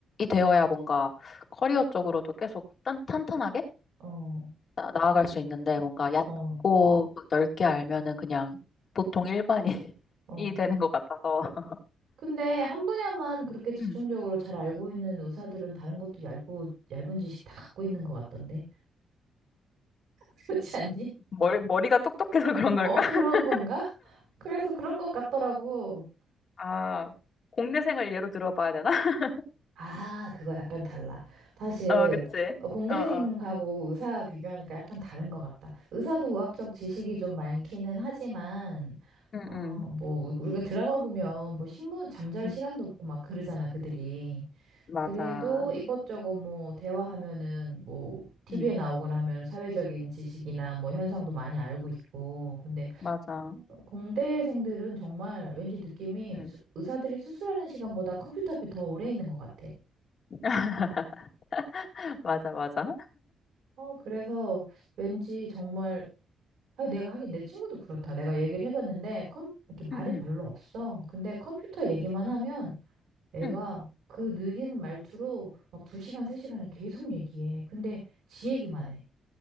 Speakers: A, on the left; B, on the right.
A: 되어야 뭔가 커리어 쪽으로도 계속 딴, 탄탄하게
B: 어,
A: 나- 나아갈 수 있는데 뭔가 얕고
B: 어,
A: 막 넓게 알면은 그냥 보통 일반인이
B: 어.
A: <laughs> 되는 것 같아서.
B: 근데 한 분야만 그렇게 집중적으로
A: 음,
B: 잘 알고 있는 의사들은 다른 것도 얇고, 얇은 지식 다 갖고 있는 것 같던데. <laughs> 그렇지 않니?
A: 머리, 머리가 똑똑해서 그런 걸까?
B: 어, 그런
A: <laughs>
B: 건가? 그래서 그런 것 같더라고.
A: 아, 공대생을 예로 들어봐야 되나? <laughs>
B: 아, 그거 약간 달라. 사실
A: 어, 그치.
B: 어, 공대생하고
A: 어, 어.
B: 의사 비교하니까 약간 다른 것 같다. 의사도 의학적 지식이 좀 많기는 하지만
A: 응,
B: 어,
A: 응.
B: 뭐 우- 우리가 드라마 보면 뭐 신문 잠잘
A: 응,
B: 시간도 없고 막 그러잖아, 그들이.
A: 맞아.
B: 그래도 이것저것 뭐 대화하면은 뭐 TV에
A: 응,
B: 나오거나 하면은 사회적인 지식이나 뭐 현상도 많이 알고 있고. 근데
A: 맞아.
B: 공대생들은 정말 왠지 느낌이
A: 응.
B: 수- 의사들이 수술하는 시간보다 컴퓨터 앞에 더 오래 있는 것 같아.
A: <laughs> 맞아, 맞아.
B: 어, 그래서 왠지 정말, 아, 내가 하긴 내 친구도 그렇다. 내가 얘기를 해봤는데, 컴, 이렇게 말이
A: 응, 응,
B: 별로 없어. 근데 컴퓨터 얘기만
A: 응.
B: 하면 애가
A: 응.
B: 그 느린 말투로 막 두 시간, 세 시간을 계속 얘기해. 근데 지 얘기만 해.